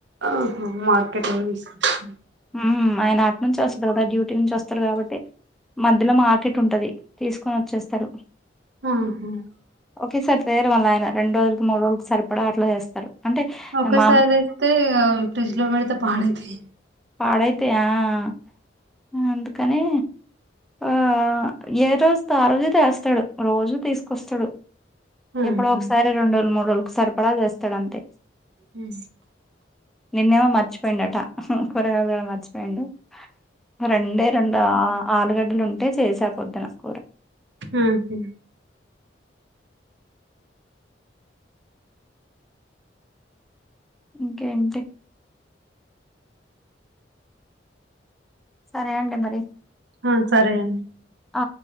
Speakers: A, on the right (about 70°); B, in the centre.
A: ఆహా మార్కెట్ని తీసుకొ
B: ఉమ్మ్మ్ ఆయన అట్ నుంచి ఒస్తడు గదా డ్యూటీ నుంచి ఒస్తారు కావట్టి మధ్యలో మార్కెట్ ఉంటది తీసుకొన్ ఒచ్చేస్తరు
A: ఆ హా
B: ఒకేసార్ తేరు మళ్ళయన రెండ్ రోజులకి మూడు రోజుల్ సరిపడా అట్లా చేస్తారు అంటే
A: ఒకసార్
B: మా
A: తెస్తే ఇగా ఫ్రిడ్జ్ లో పెడితే పాడైతయ్
B: పాడైతయా అ అందుకనె ఆ ఆ ఏ రోజుతో ఆ రోజు తేస్తాడు రోజు తీసుకొస్తడు
A: ఆహా
B: ఎప్పుడో ఒకసారి రెండ్రోజులు మూడ్రోజుకు సరిపడా తేస్తాడంతే
A: ఉ
B: నిన్నేవో మర్చిపోయిండటా అహ్ కూరగాల్ తేవ మర్చిపోయిండు రెండే రెండు ఆ ఆలుగడ్డలుంటే చేసా పొద్దున కూర
A: ఆ హ
B: ఇంకేంటి సరే అండి మరి
A: ఆ సరే అన్
B: అ